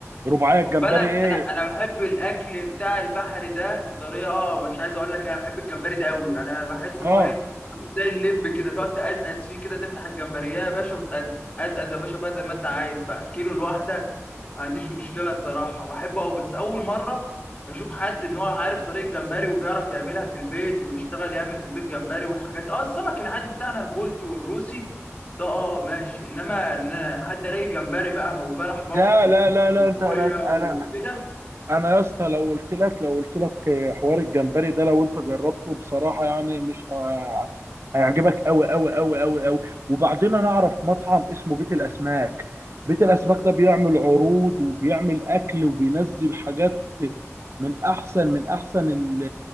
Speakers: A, on the right; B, on the left.
A: ربعايه الجمبري
B: خد بالك
A: ايه
B: انا انا بحب الاكل بتاع البحر ده بطريقه آه، مش عايز اقول لك انا بحب الجمبري ده قوي يعني انا بحس
A: اه
B: ان هو ايه عامل زي اللب كده تقعد تقزقز فيه كده تفتح الجمبريه يا باشا وتقزقز قزقز يا باشا بقى زي ما انت عايز بقى كيلو لوحدك ما عنديش مشكله الصراحه بحبه قوي بس اول مره اشوف حد ان هو عارف طريقه جمبري وبيعرف يعملها في البيت وبيشتغل يعمل في البيت جمبري والحاجات دي اه السمك العادي بتاعنا البولتي والروسي ده اه ماشي انما ان حد الاقي جمبري بقى وبلح بحر
A: لا لا لا لا
B: وكوريا
A: انت انا انا
B: وكده
A: انا يا اسطى لو قلت لك لو قلت لك حوار الجمبري ده لو انت جربته بصراحه يعني مش ه- هيعجبك قوي قوي قوي قوي قوي وبعدين انا اعرف مطعم اسمه بيت الاسماك بيت الاسماك ده بيعمل عروض وبيعمل اكل وبينزل حاجات من احسن من احسن ال